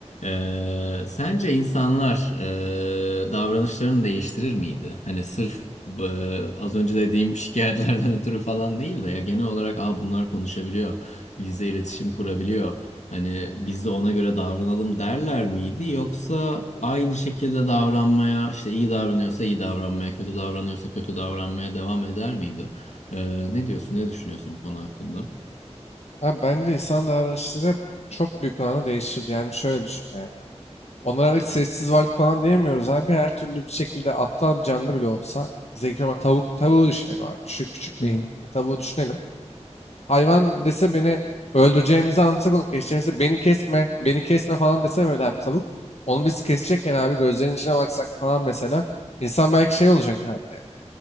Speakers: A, on the left; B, on the left.
A: Ee, sence insanlar e, davranışlarını değiştirir miydi? Hani sırf e, az önce dediğim şikayetlerden <laughs> ötürü falan değil de ya genel olarak Aa, bunlar konuşabiliyor, bizle iletişim kurabiliyor. Hani biz de ona göre davranalım derler miydi? Yoksa aynı şekilde davranmaya işte iyi davranıyorsa iyi davranmaya, kötü davranıyorsa kötü davranmaya devam eder miydi? Ee, ne diyorsun, ne düşünüyorsun bu konu hakkında?
B: Abi bence insan davranışları çok büyük oranda değişirdi. Yani şöyle düşün yani. Onlara artık sessiz varlık falan diyemiyoruz abi. Her türlü bir şekilde aptal bir canlı bile olsa. Zeki ama tavuk, tavuğu düşünelim abi. Düşük küçük
A: Hı
B: beyinli bir tavuğu düşünelim. Hayvan dese beni öldüreceğimizi anlatsak onu keseceğimizi beni kesme, beni kesme falan dese böyle abi tavuk. Onu biz kesecekken abi gözlerinin içine baksak falan mesela. insan belki şey olacak abi yani